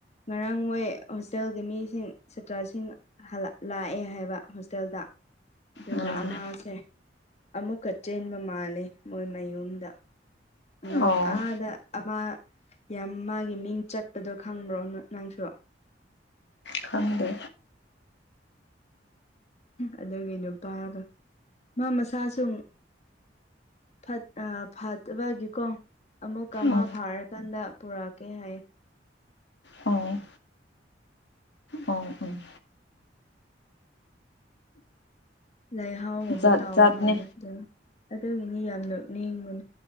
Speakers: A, on the left (about 40°); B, on the left (about 70°).
A: ꯉꯔꯥꯡ ꯃꯣꯏ ꯍꯣꯁꯇꯦꯜꯒꯤ ꯃꯤꯁꯤꯡ ꯁꯥꯇ꯭ꯔꯁꯤꯡ ꯍꯜꯂ ꯂꯥꯛꯑꯦ ꯍꯥꯏꯕ ꯍꯣꯁꯇꯦꯜꯗ ꯑꯗꯨꯒ
B: ꯎꯝ
A: ꯑꯃꯁꯦ ꯑꯃꯨꯛꯀ ꯆꯦꯟꯕ ꯃꯥꯜꯂꯦ ꯃꯣꯏ ꯃꯌꯨꯝꯗ ꯉꯪ
B: ꯑꯣ
A: ꯑꯥꯗ ꯑꯃ ꯌꯥꯝ ꯃꯥꯒꯤ ꯃꯤꯡ ꯆꯠꯄꯗꯣ ꯈꯪꯕ꯭ꯔꯣ ꯅꯪꯁꯨ
B: ꯈꯪꯗꯦ
A: ꯑꯗꯨꯒꯤ ꯅꯨꯄꯥꯗꯣ ꯃꯥ ꯃꯁꯥꯁꯨ ꯐꯠ ꯑꯥ ꯐꯠꯇꯕꯒꯤ ꯀꯣ ꯑꯃꯨꯛꯀ ꯃ
B: ꯑꯣ
A: ꯐꯥꯔꯀꯥꯟꯗ ꯄꯨꯔꯛꯀꯦ ꯍꯥꯏꯌꯦ
B: ꯑꯣ ꯑꯣ ꯎꯝ
A: ꯂꯩꯥꯏꯍꯥꯎ ꯑꯃ
B: ꯖꯥꯠ
A: ꯇꯥꯎꯕ
B: ꯖꯥꯠꯅꯦ
A: ꯃꯥꯜꯂꯦ ꯑꯗꯨ ꯑꯗꯨꯒꯤꯅꯤ ꯌꯥꯝꯅ ꯅꯤꯡꯕꯗꯣ